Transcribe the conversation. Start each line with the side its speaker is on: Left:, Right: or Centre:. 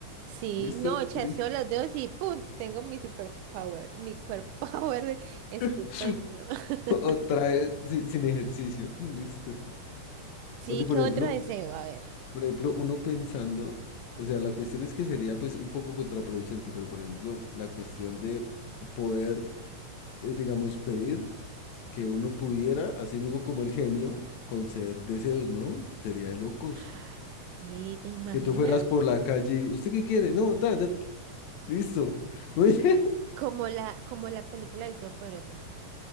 Right: Sí,
Left: ¿Listo?
Right: no, chasqueo
Left: ¿Listo?
Right: los dedos y ¡pum! Tengo mi superpower, mi cuerpo power estupendo.
Left: <laughs>
Right: <laughs>
Left: Otra vez sin, sin ejercicio, <laughs> ¿listo?
Right: Sí,
Left: Oye, por
Right: ¿qué otro
Left: ejemplo,
Right: deseo? A ver.
Left: Por ejemplo, uno pensando, o sea, la cuestión es que sería pues un poco contraproducente, pero por ejemplo, la cuestión de poder, eh, digamos, pedir que uno pudiera, así mismo como el genio, conceder deseos, ¿no? Sería de locos.
Right: Ay, sí, ¿te imaginas?
Left: Que tú fueras por la calle, y, ¿usted qué quiere? No, tal, tal, listo. <laughs> Muy bien.
Right: Como la, como la película del Todopoderoso.